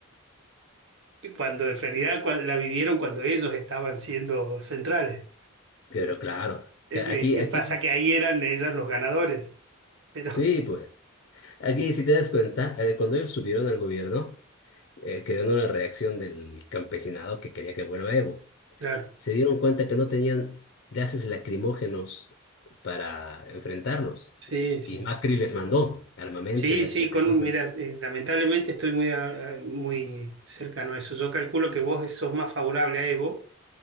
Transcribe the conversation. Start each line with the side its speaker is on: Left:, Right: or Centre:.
Right: Cuando en realidad cua- la vivieron cuando ellos estaban siendo centrales.
Left: Pero claro,
Right: Eh,
Left: que aquí,
Right: eh, ¿Qué
Left: aquí,
Right: pasa? Que ahí eran ellos los ganadores. Pero,
Left: sí,
Right: <laughs>
Left: pues, aquí si te das cuenta, eh, cuando ellos subieron al gobierno, eh, crearon una reacción del campesinado que quería que vuelva Evo.
Right: claro,
Left: se dieron cuenta que no tenían gases lacrimógenos para enfrentarlos.
Right: sí, sí.
Left: Y Macri les mandó armamento
Right: Sí,
Left: y gases
Right: sí,
Left: lacrimógenos.
Right: con, mira, eh, lamentablemente estoy muy, a- a- muy cercano a eso. Yo calculo que vos sos más favorable a Evo